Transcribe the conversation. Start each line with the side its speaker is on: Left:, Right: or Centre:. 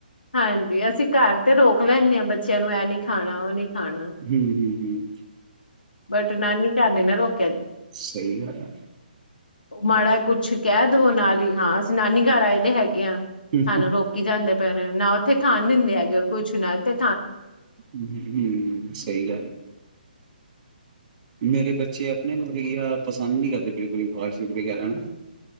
Left: ਹਾਂਜੀ ਅਸੀਂ ਘਰ ਤੇ ਰੋਕ ਲੈਂਦੇ ਆਂ ਬੱਚਿਆਂ ਨੂੰ ਇਹ ਨੀ ਖਾਣਾ, ਉਹ ਨੀ ਖਾਣਾ
Right: ਹੂੰ -ਹੂੰ- ਹੂੰ। <unintelligible>
Left: ਬਟ ਨਾਨੀ ਘਰ ਨਹੀਂ ਨਾ ਰੋਕ
Right: ਸਹੀ ਗੱਲ ਹੈ।
Left: ਮਾੜਾ ਕੁਛ ਕਹਿ ਦਵੋ ਨਾਲ ਹੀ ਹਾਂ ਅਸੀਂ ਨਾਨੀ ਘਰ ਆਏ ਦੇ ਹੈਗੇ ਹਾਂ।
Right: ਹੂੰ,
Left: ਸਾਨੂੰ ਰੋਕੀ ਜਾਂਦੇ ਪਏ ਨੇ, ਨਾ ਉੱਥੇ ਖਾਣ ਦਿੰਦੇ ਹੈਗੇ ਉਹ ਕੁਛ ਨਾ ਤੇ
Right: ਹੂੰ, ਸਹੀ ਗੱਲ ਐ। ਮੇਰੇ ਬੱਚੇ ਆਪਣੇ ਮਤਲਬ ਕੀ ਆ ਪਸੰਦ ਨਹੀਂ ਕਰਦੇ, ਬਿਲਕੁਲ ਫਾਸਟ ਫੂਡ ਵਗੈਰਾ ਨਾ